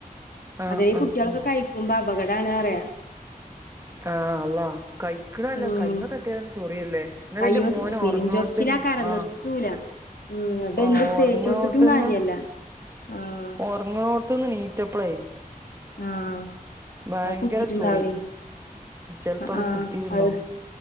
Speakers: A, on the right; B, on the left.
A: ആഹ്
B: അതേ കുട്ട്യേളൊക്കെ
A: ആഹ് ആഹ്
B: കഴിക്കുമ്പ അപകടാണ് അറ്യ
A: ആഹ് അള്ളാ കഴിക്ക്ണ അല്ല
B: ഉം
A: കൈമെ തട്ട തെ ചൊറിയെല്ലേ ഇന്നെലെ
B: കയ്യ്മ
A: ഇന്റെ മോന്
B: പെരിഞ്ചൊറിച്ചിലാക്കാരം
A: ഒറങ്ങ്ണോട്ത്ത് ആഹ്
B: നിർത്തൂല ഉം ന്നട്ട്
A: ആഹ്
B: എന്ത്
A: ഒറങ്ങ്ണോട്ത്ത്ന്ന്
B: തേച്ചൊടുത്തിട്ടും കാര്യല്ല ആഹ്
A: ഒറ്ങ്ങ്ണോർത്ത്ന്ന് നീറ്റപ്ലേ.
B: ആഹ്
A: ഭയങ്കര
B: അത് കുത്തിട്ടുണ്ടാവേ
A: ചൊറി. ചെല്പ്പ
B: ആഹ്
A: അത്
B: ആഹ്
A: കുത്തീട്ട് ഇണ്ടാവും
B: അത്